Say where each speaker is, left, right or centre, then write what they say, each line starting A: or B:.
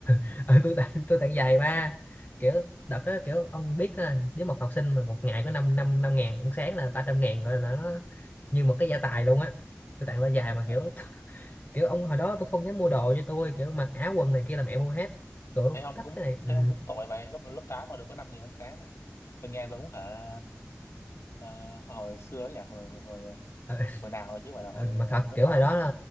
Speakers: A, on the left (about 35°); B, on the left (about 65°).
A: <laughs> ừ, tôi tặng tôi tặng giày ba kiểu đợt đó kiểu ông biết á, nếu một học sinh mà một ngày có năm năm năm ngàn ăn sáng là ba trăm ngàn rồi là nó như một cái gia tài luôn á tôi tặng đôi giày mà
B: ờ
A: kiểu <laughs> kiểu ông hồi đó tôi không dám mua đồ cho tôi kiểu mặc áo quần này kia là mẹ mua hết kiểu
B: thấy ông
A: thích
B: cũng
A: cái này ừ.
B: thấy ông cũng tội vậy lớp lớp tám mà được có năm nghìn ăn sáng tôi nghe giống hả ờ, hồi xưa ấy nhỉ hồi hồi
A: Ờ,
B: hồi nào rồi chứ không phải là hồi
A: ừ, mà thật
B: lớp
A: kiểu
B: tám
A: hồi đó
B: đó
A: là